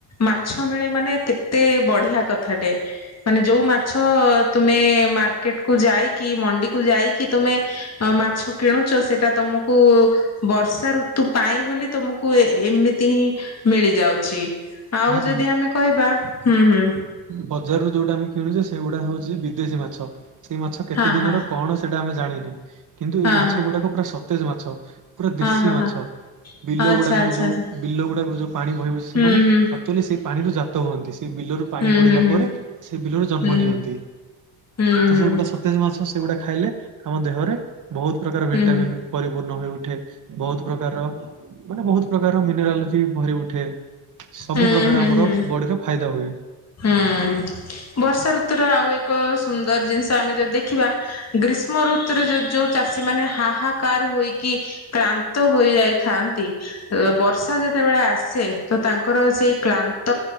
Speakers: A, on the left (about 35°); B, on the right (about 45°).
A: ମାଛ ମିଳେ ମାନେ କେତେ ବଢିଆ କଥାଟେ। ମାନେ ଯୋଉ ମାଛ ତୁମେ ମାର୍କେଟ କୁ ଯାଇକି ମଣ୍ଡିକୁୁ ଯାଇକି ତୁମେ ଅ ମାଛ କିଣୁଛ ସେଟା ତମକୁ ବର୍ଷା ଋତୁ ପାଇଁ ବୋଲି ତୁମକୁ ଏମିତି ହିଁ ମିଳିଯାଉଛି। ଆଉ
B: ନାଇଁ
A: ଯଦି ଆମେ କହିବା, ହୁଁ ହୁଁ
B: ବଜାରୁ ଯୋଉଟା ଆମେ କିଣୁଛେ ସେଗୁଡା ହଉଛି ବିଦେଶୀ ମାଛ, ସେଇ ମାଛ କେତେ
A: ହଁ
B: ଦିନର
A: ହଁ
B: କଣ ସେଇଟା ଆମେ ଜାଣିନେ, କିନ୍ତୁ
A: ହଁ
B: ଏଇ ମାଛ
A: ହଁ
B: ଗୁଡାକ ପୁରା ସତେଜ ମାଛ। ପୁରା
A: ହଁ
B: ଦେଶୀ
A: ହଁ
B: ମାଛ।
A: ହଁ
B: ବିଲ
A: ଆଚ୍ଛା
B: ଗୁଡାକରୁ
A: ଆଚ୍ଛା
B: ଯୋଉ
A: ଆଚ୍ଛା
B: ବିଲ ଗୁଡାକରୁ ଯୋଉ ପାଣି ବହିିବ ସେମାନେ
A: ହୁଁ ହୁଁ
B: ଚୁଏଲି ସେଇ ପାଣିରୁ ଜାତ ହୁଅନ୍ତି, ସେ ବିଲରୁ ପାଣି
A: ହୁଁ
B: ପଡିଲା
A: ହୁଁ
B: ପରେ ସେ ବିଲରେ ଜନ୍ମ
A: ହୁଁ
B: ନିଅନ୍ତି
A: ହୁଁ
B: ତ
A: ହୁଁ
B: ସେ ଗୁଡା ତେଜ ମାଛ, ସେଗୁଡା ଖାଇଲେ ଆମ ଦେହରେ ବହୁତ ପ୍ରକାର ଭିଟାମିନ
A: ହୁଁ ହୁଁ ହୁଁ ହୁଁ
B: ପରିପୂର୍ଣ୍ଣ ହୋଇଉଠେ। ବହୁତ ପ୍ରକାରର ମାନେ ବହୁତ ପ୍ରକାର ମିନେରାଲୋଜି ଭରି ଉଠେ।
A: ହୁଁ
B: ସବୁ ପ୍ରକାର
A: ହୁଁ
B: ଆମର
A: ହୁଁ
B: ବଡିର ଫାଇଦା ହୁଏ।
A: ହୁଁ ବର୍ଷା ଋତୁୁର ଆଉ ଏକ ସୁନ୍ଦର ଜିନିଷ ଆମେ ଯଦି ଦେଖିବା ଗ୍ରୀଷ୍ମ ଋତୁରେ ଯ ଯୋଉ ଚାଷୀ ମାନେ ହାହାକାର ହୋଇକି କ୍ଳାନ୍ତ ହୋଇଯାଇଥାନ୍ତି, ଅ ବର୍ଷା ଯେତେବେଳେ ଆସେ ତ ତାଙ୍କ ତାଙ୍କର ସେଇ କ୍ଳାନ୍ତ